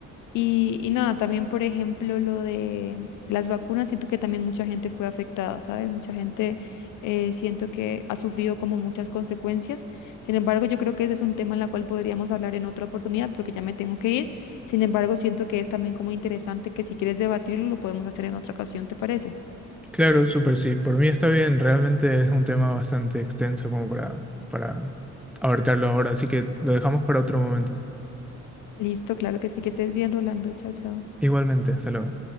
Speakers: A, on the left; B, in the centre.
A: Y, y nada, también, por ejemplo, lo de las vacunas, siento que también mucha gente fue afectada, ¿sabes? Mucha gente eh, siento que ha sufrido como muchas consecuencias. Sin embargo, yo creo que ese es un tema en el cual podríamos hablar en otra oportunidad porque ya me tengo que ir. Sin embargo, siento que es también como interesante que si quieres debatirlo, lo podemos hacer en otra ocasión, ¿te parece?
B: Claro, súper sí. Por mí está bien, realmente es un tema bastante extenso como para, para abarcarlo ahora, así que lo dejamos para otro momento.
A: Listo, claro que sí, que estés bien, Rolando. Chao, chao.
B: Igualmente, hasta luego.